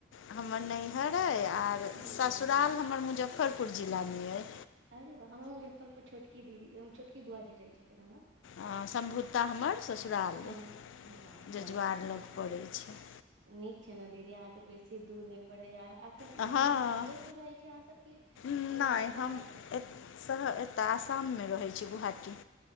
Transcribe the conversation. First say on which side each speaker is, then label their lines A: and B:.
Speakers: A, on the left; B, on the right.
A: हमर नईहर अए आर
B: हँ
A: ससुराल हमर मुजफ्फरपुर जिलामे अय।
B: अरे वाह हमर मुजफ्फरपुर छोटकी दीदी छोटकी बुआजी रहै छथिन हमर
A: आ सम्भुता हमर ससुराल
B: हँ
A: अए
B: वाह बहुत
A: जजुआर
B: नीक
A: लग
B: छै
A: पड़ै छै।
B: नीक छै ने दीदी अहाँके बेसी दूर नहि पड़ैया एखन
A: हँ
B: मतलब मुजफ्फरेपुर रहै छी अहाँ सब की
A: नहि
B: कहीं शहर
A: हम
B: से
A: एत शहर एतऽ आसाम मे रहै छी गोहाटी